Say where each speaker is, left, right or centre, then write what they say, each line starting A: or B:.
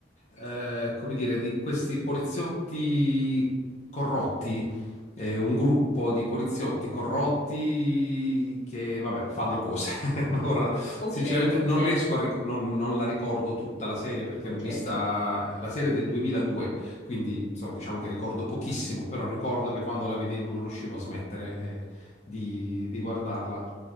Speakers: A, on the left (about 40°); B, on the left (about 75°).
A: eh, come dire, di questi poliziotti corrotti eh, un gruppo di poliziotti corrotti che, vabbè, fanno cose. <laughs> Ora,
B: Ok,
A: sinceramente,
B: ok,
A: non riesco a ricordare, non, non la ricordo tutta la serie perché
B: ok.
A: l'ho vista, la serie del 2002, quindi insomma, diciamo che ricordo pochissimo, però ricordo che quando la vedevo non riuscivo a smettere eh, di, di guardarla.